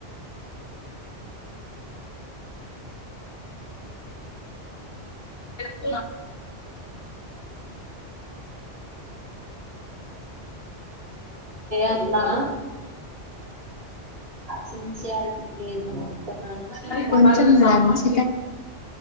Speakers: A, on the left; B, on the right.
A: వ
B: అట్లా సిన్సియారిటీ లేదు మొత్తం అనేసి
A: కొంచం లంచ్